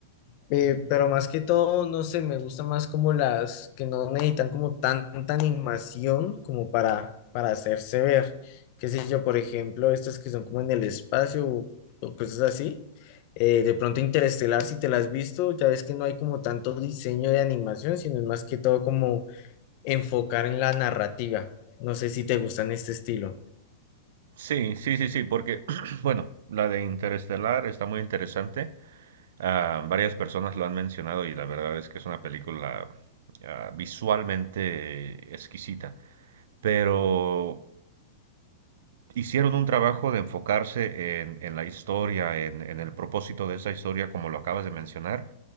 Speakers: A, on the left (about 40°); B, on the right (about 65°).
A: Eh, pero más que todo, no sé, me gusta más como las que no necesitan como tanta animación como para, para hacerse ver. Qué sé yo, por ejemplo, estas que son como en el espacio o, o cosas así. Eh, de pronto Interestelar, si te las has visto, ya ves que no hay como tanto diseño de animación, sino es más que todo como enfocar en la narrativa. No sé si te gustan este estilo.
B: Sí, sí, sí, sí, porque, <clears throat> bueno, la de Interestelar está muy interesante. Ah, varias personas lo han mencionado y la verdad es que es una película ah, visualmente exquisita, pero hicieron un trabajo de enfocarse en, en la historia, en, en el propósito de esa historia, como lo acabas de mencionar,